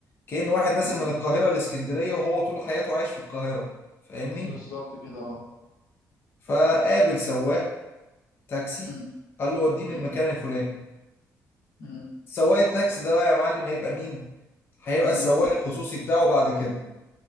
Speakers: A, on the left (about 40°); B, on the left (about 80°).
A: كأن واحد نازل
B: تمام
A: من القاهرة لإسكندرية وهو طول حياته عايش في القاهرة فاهمني؟
B: بالظبط كده اه
A: فقابل سواق تاكسي
B: مم.
A: قال له وديني
B: مم.
A: المكان الفلاني
B: مم.
A: سواق التاكسي ده بقى يا معلم هيبقى مين هيبقى
B: مم.
A: السواق الخصوصي بتاعه بعد كده